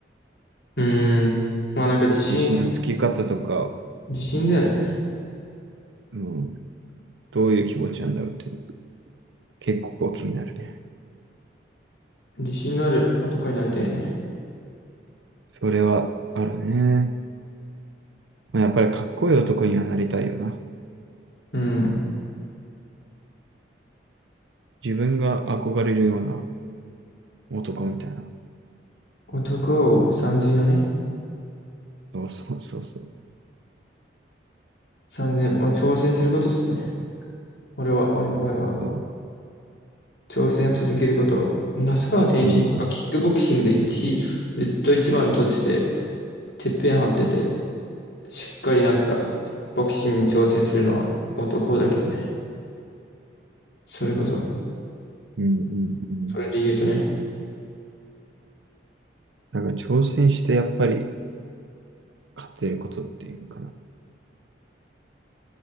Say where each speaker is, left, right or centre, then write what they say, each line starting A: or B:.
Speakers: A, on the left; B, on the right.
A: うーん。まあなんか自信、
B: 自信のつき方とか、
A: 自信だよね。
B: うん、どういう気持ちなんだろうって、結構気になるね。
A: 自信のある男になりたいね。
B: それはあるね。まあ、やっぱりかっこいい男にはなりたいよな。
A: うん。
B: 自分が憧れるような男みたいな。
A: 男をさんずいのね。
B: そうそうそうそう。
A: さんずまあ挑戦することですね。俺は、俺の場合は。
B: そ
A: 挑戦を続けること。那須川天心とかキックボクシングで一位、
B: う。うんうん。
A: ずっと一番取ってて、てっぺん張ってて、しっかりなんか、ボクシングに挑戦するのは男だけどね。それこそ、
B: うんうんうん。
A: それで言うとね。
B: だから挑戦してやっぱり勝てることっていうのかな。だか